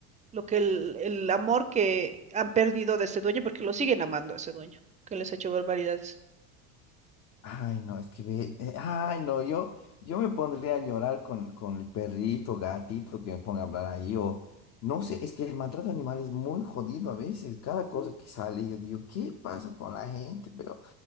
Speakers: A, on the right; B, on the left.
A: Lo que el, el amor que han perdido de ese dueño, porque lo siguen amando a ese dueño, que les ha hecho barbaridades.
B: Ay, no, es que ve. eh, ay, no, yo, yo me pondría a llorar con, con el perrito, gatito que me ponga a hablar ahí. O no sé, es que el maltrato animal es muy jodido a veces. Cada cosa que sale, yo digo, ¿qué pasa con la gente? Pero,